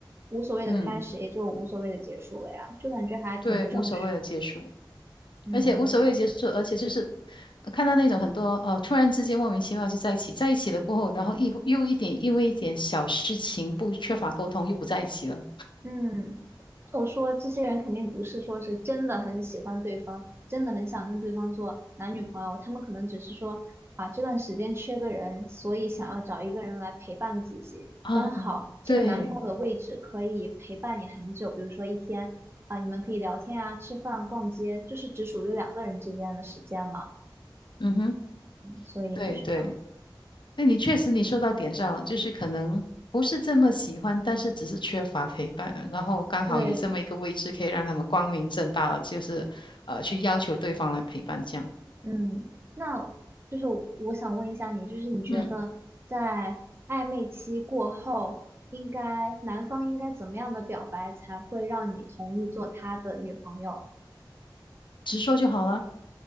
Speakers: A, on the right; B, on the left.
A: 无所谓的开始也就无所谓的结束了呀，
B: 嗯，
A: 就感觉还挺不正式的。
B: 对，无所谓的结束，
A: 嗯。
B: 而且无所谓的结束，而且就是呃看到那种很多呃，突然之间莫名其妙就在一起，在一起了过后，然后一又一点因为一点小事情不缺乏沟通又不在一起了
A: 嗯，我说这些人肯定不是说是真的很喜欢对方，真的很想跟对方做男女朋友，他们可能只是说啊这段时间缺个人，所以想要找一个人来陪伴自己，
B: 啊，
A: 刚好这个男朋友的位置可以陪伴你很久，
B: 对，
A: 比如说一天啊，你们可以聊天啊、吃饭、逛街，就是只属于两个人之间的时间嘛，
B: 嗯哼，
A: 所以就是这样。
B: 对对，那你确实你说到点上了，就是可能不是这么喜欢，但是只是缺乏陪伴，然后刚好有这么一个位置可以让他们光明正大的就是呃去要求对方来陪伴这样，
A: 对，嗯，那就是我想问一下你，就是你觉得在暧昧期过后，
B: 嗯，
A: 应该男方应该怎么样的表白才会让你同意做他的女朋友？
B: 直说就好了。